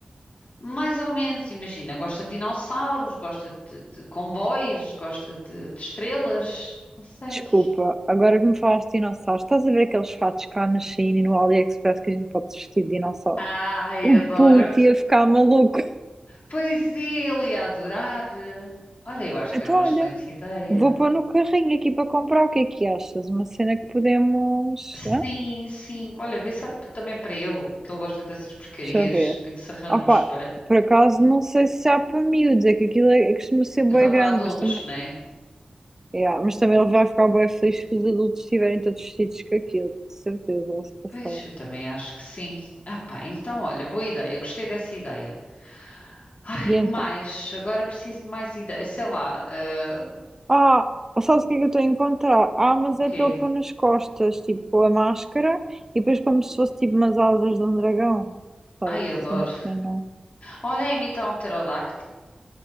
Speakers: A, on the left; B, on the right.
A: Mais ou menos, imagina, gosta de dinossauros, gosta de, de comboios, gosta de, de estrelas, não sei.
B: Desculpa, agora que me falaste de dinossauros, estás a ver aqueles fatos cá na China e no AliExpress que a gente pode vestir de dinossauros?
A: Ai,
B: O
A: adoro.
B: puto ia ficar maluco.
A: Pois é, ele ia adorar. Olha, eu acho que
B: Então,
A: era uma
B: olha,
A: excelente ideia.
B: vou pôr no carrinho aqui para comprar. O que é que achas? Uma cena que podemos.
A: Sim,
B: Hã?
A: sim. Olha, vê se há t- também para ele, que ele gosta dessas porcarias,
B: Deixa eu ver.
A: tem que se arranja
B: Opa,
A: um espelho.
B: por acaso não sei se há para miúdos, é que aquilo é, é- costuma ser bem
A: É só para
B: grande,
A: adultos,
B: mas também.
A: não é?
B: Yeah, mas também ele vai ficar bem feliz se os adultos estiverem todos vestidos com aquilo, de certeza, vai se passar.
A: Pois, eu também acho que sim. Ah pá, então olha, boa ideia, eu gostei dessa ideia. Ai,
B: E então?
A: mais, agora preciso de mais ideias. Sei lá, ah,
B: Ah, sabes o que é que eu estou a encontrar? Ah, mas
A: o
B: é
A: quê?
B: pelo pôr nas costas, tipo a máscara, e depois como se fosse tipo umas asas de um dragão. Sei,
A: Ai, adoro.
B: se uma cena.
A: Olha, imitar um pterodáctilo.